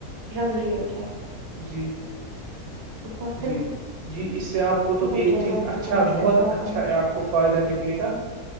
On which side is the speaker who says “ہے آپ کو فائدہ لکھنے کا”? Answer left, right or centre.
Right